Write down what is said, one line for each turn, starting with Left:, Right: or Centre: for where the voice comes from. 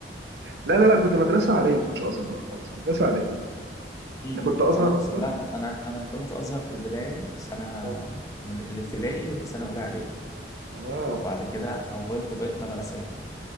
Right: لا لا لا كنت مدرسه عاديه ما كنتش ازهر لا خالص كنت مدرسه عاديه
Left: امم
Right: انت كنت ازهر
Left: انا بس-
Right: اصلا
Left: لا لا، انا انا كنت ازهر في البدايه في سنه
Right: اه
Left: من الابتدائي وسنه اولى اعدادي
Right: اه
Left: وبعد كده حولت بقيت مدرسه يعني